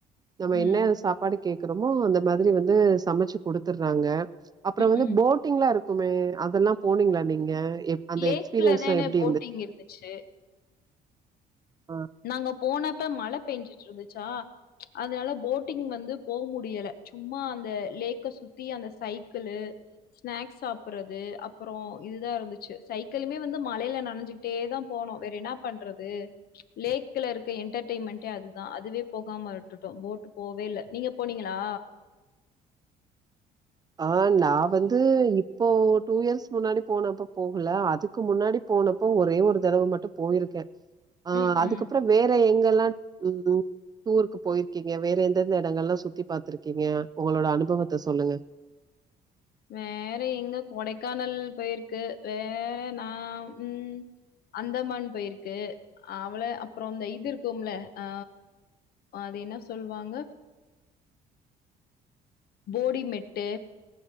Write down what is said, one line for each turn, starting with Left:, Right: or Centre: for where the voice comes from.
Right: நம்ம
Left: ம்.
Right: என்ன சாப்பாடு கேக்குறோமோ அந்த மாதிரி வந்து சமச்சு குடுத்துட்றாங்க அப்புறோ
Left: ம்.
Right: வந்து
Left: ம்.
Right: போட்டிங்ல்லா இருக்குமே அதெல்லா போனீங்ளா நீங்க எப் அந்த
Left: லேக்ல
Right: எக்ஸ்பீரியன்ஸ்லா
Left: தான
Right: எப்டி
Left: போட்டிங் இருந்துச்சு
Right: ஆ
Left: நாங்க போனப்ப மழ பெஞ்சிட்டு இருந்துச்சா அதனால போட்டிங் வந்து போ முடியல சும்மா அந்த லேக்க சுத்தி அந்த சைக்கிளு ஸ்நக்ஸ் சாப்பிறது அப்புறோ இதுதா இருந்துச்சு சைக்கிளுமே வந்து மழைல நனஞ்சு ட்டே தா போனோ வேற என்ன பண்றது லேக்ல இருக்க என்டர்டெயின்மெண்ட்டே அதுதா அதுவே போகாம விட்டுட்டோ போட்டு போவே இல்ல நீங்க போனீங்களா
Right: ஆ நா வந்து இப்போ டூ இயர்ஸ் முன்னாடி போனப்ப போகல அதுக்கு முன்னாடி போனப்போ ஒரே ஒரு தடவ மட்டு போயிருக்க ஆ
Left: ம்,
Right: அதுக்கப்றோ
Left: ம்.
Right: வேற எங்கெல்லா ம் டூருக்கு போயிருக்கீங்க வேற எந்தெந்த எடங்கள்லா சுத்தி பாத்துருக்கீங்க உங்களோட அனுபவத்த சொல்லுங்க
Left: வேற எங்க கொடைக்கானல் போயிருக்கு வேற நா ம் அந்தமான் பேருக்கு அவ்ள அப்றோ அந்த இது இருக்கும்ல ஆ அது என்ன சொல்வாங்க போடிமெட்டு